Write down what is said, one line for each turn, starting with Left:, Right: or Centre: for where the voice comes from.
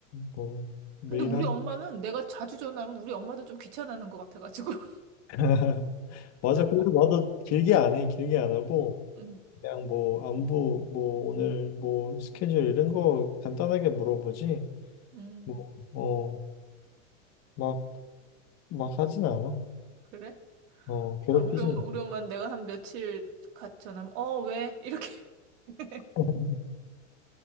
Left: 뭐 매일
Right: 근데 우리
Left: 하자.
Right: 엄마는 내가 자주 전화하면 우리 엄마도 좀 귀찮아하는 것 같아가지고. <laughs>
Left: <laughs> 맞아. 그래서
Right: 어,
Left: 나도 길게 안 해. 길게 안 하고
Right: 음,
Left: 그냥 뭐 안부 뭐 오늘 뭐 스케줄 이런 거 간단하게 물어보지.
Right: 음,
Left: 뭐 어 막 막 하진 않아.
Right: 그래?
Left: 어, 괴롭히진
Right: 아, 우리 엄마,
Left: 않고.
Right: 우리 엄마는 내가 한 며칠 같이 전화하면, 어, 왜? 이렇게. <laughs>
Left: <laughs>